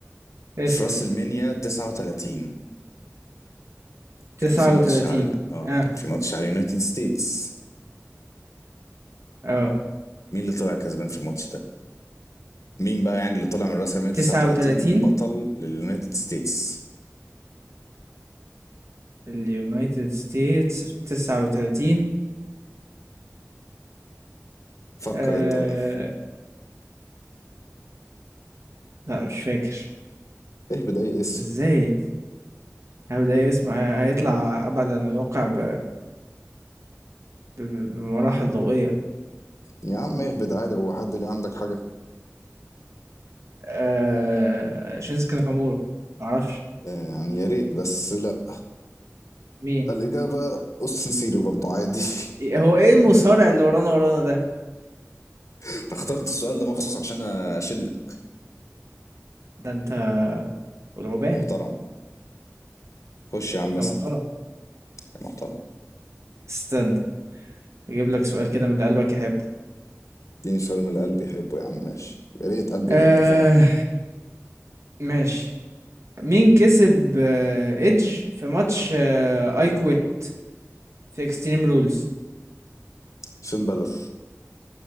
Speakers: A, on the right (about 70°); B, on the left (about 85°).
A: اسأل
B: في راس المنيا 39
A: تسعة
B: كان في ماتش
A: وتلاتين
B: على اه
A: اه
B: كان في ماتش على يونايتد ستيتس
A: اه
B: مين اللي طلع كسبان في الماتش ده مين بقى يعني اللي طلع من راس المنيا 39
A: تسعة وتلاتين
B: بطل لليونايتد ستيتس
A: اليونايتد ستيتس في تسعة وتلاتين
B: فكر
A: آه.
B: انت بقى
A: لا مش فاكر
B: اهبد اي اسم
A: ازاي هبدأ إيه؟ اسمع هيطلع أبعد عن الواقع ب... ب... ب- بمراحل ضوئية
B: يا عم اهبد عادي هو حد اللي عندك حاجة
A: آه. شينسكي ناكامورا معرفش
B: آه يعني يا ريت بس لا
A: مين
B: الإجابة أوستن سيري برضه عادي <laughs>
A: إيه- هو ايه المصارع اللي ورانا ورانا ده
B: أنا اخترت السؤال ده مخصوص عشان اشلك
A: ده انت والعوبان
B: محترم خش يا عم
A: انت
B: اسأل
A: محترم
B: يا محترم
A: استنى اجيب لك سؤال كده من اللي قلبك يحبه
B: اديني سؤال من اللي قلبي يحبه يا عم ماشي يا ريت قلبي
A: آه.
B: يحبه فعلا
A: ماشي مين كسب آه، ايدج في ماتش آه، اي كويت في اكستريم رولز
B: فين بلر